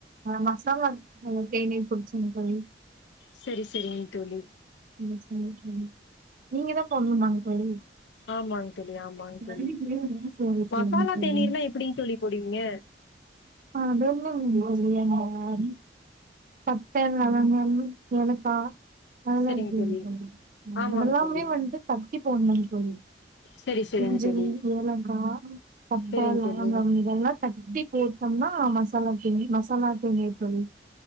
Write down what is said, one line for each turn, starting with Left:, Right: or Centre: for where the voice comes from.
Right: மசாலா <unintelligible> தேனீர் குடுச்சங் தோழி
Left: சேரி சேரிங்க தோழி
Right: ஆமா ஆமா ஆமா நீங்க தான் சொல்னும்மாங் தோழி
Left: ஆமாங் தோழி ஆமாங்
Right: சேரி
Left: தோழி
Right: சேரிங்
Left: மசாலா
Right: தோழி
Left: தேனீர்னா எப்புடிங் தோழி போடுவீங்க
Right: <unintelligible> பட்ட லவங்கம் ஏலக்கா <unintelligible>
Left: சரிங்க தோழி ஆமாங்க
Right: அதெல்லாமே
Left: தோழி
Right: வந்துட்டு தட்டி போட்ணு தோழி
Left: சரி சரிங்க
Right: இஞ்சி
Left: தோழி
Right: ஏலக்கா பட்ட
Left: சரிங்க
Right: லவங்கம்
Left: தோழி
Right: இதெல்லா தட்டி போட்டொம்னா மசாலா தேநீ மசாலா தேநீர் தோழி